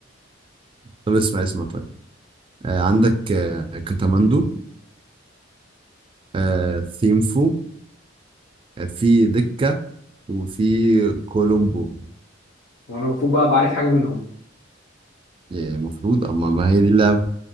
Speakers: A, on the right; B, on the left.
A: طب اسمع اسمع طيب آه عندك آه كاتماندو آه ثيمفو آه في دكة وفي كولومبو
B: وانا المفروض بقى بعرف حاجه منهم
A: يعني المفروض اما ما هي دي اللعبة